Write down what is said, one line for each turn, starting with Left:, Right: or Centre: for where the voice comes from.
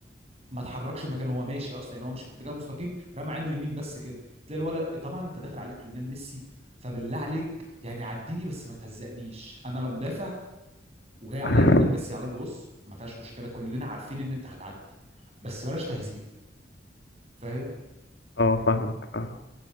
Right: ما اتحركش مكانه هو ماشي اصلا يعني هو ماشي في اتجاه مستقيم رمى عينه يمين بس كده تلاقي الولد طبعا انت داخل عليك ليونيل ميسي فبالله عليك يعني عديني بس ما تهزقنيش انا لو مدافع وجاي عليا
Left: <laughs>
Right: ليونيل ميسي هقول له بص ما فيهاش مشكله كلنا عارفين ان انت هتعدي بس بلاش تهزيق فاهم
Left: اه فاهمك فاهمك